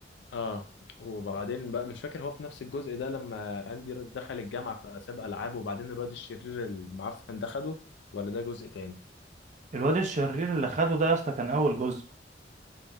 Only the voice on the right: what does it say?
الواد الشرير اللي خده ده يا اسطى كان أول جزء